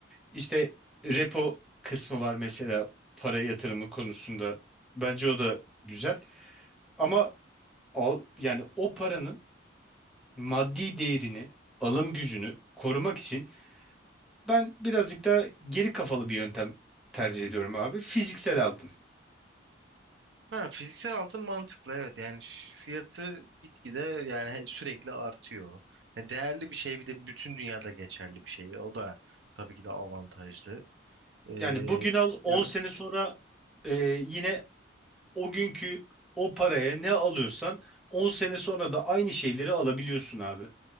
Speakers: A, in the centre; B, on the right.
A: işte repo kısmı var mesela para yatırımı konusunda. Bence o da güzel. Ama al yani o paranın maddi değerini, alım gücünü korumak için ben birazcık daha geri kafalı bir yöntem tercih ediyorum abi. Fiziksel altın.
B: Ha, fiziksel altın mantıklı evet yani ş- fiyatı gitgide yani he- sürekli artıyor. Ya değerli bir şey bir de bütün dünyada geçerli bir şey. O da tabii ki de avantajlı. Ee,
A: Yani bugün al 10
B: yani
A: sene sonra e, yine o günkü o paraya ne alıyorsan 10 sene sonra da aynı şeyleri alabiliyorsun abi.